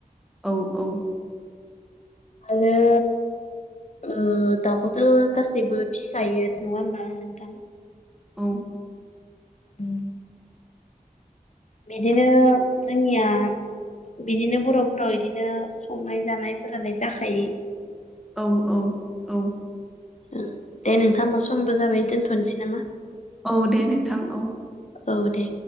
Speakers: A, in the centre; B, on the left.
A: औ औ
B: आरो ओ दाउखौथ' गासैबो फिखायो नङा होनबा नोंथां।
A: औ
B: उम बिदिनो जोंनिया बिदिनो बर'फोराव इदिनो संनाय जानायफोरालाय जाखायो।
A: औ औ औ
B: ओ दे नोंथां हमबा समबो जाबाय दोनथ'नोसै नामा?
A: औ दे नोंथां औ।
B: औ दे